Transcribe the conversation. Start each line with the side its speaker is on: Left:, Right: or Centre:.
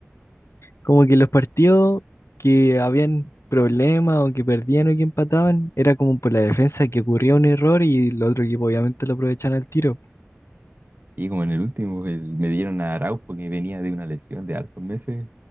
Left: como que los partidos que habían problemas o que perdían o que empataban, era como por la defensa que ocurría un error y el otro equipo obviamente lo aprovechaban al tiro.
Right: Y como en el último, el- me dieron a Araujo que venía de una lesión de hartos meses,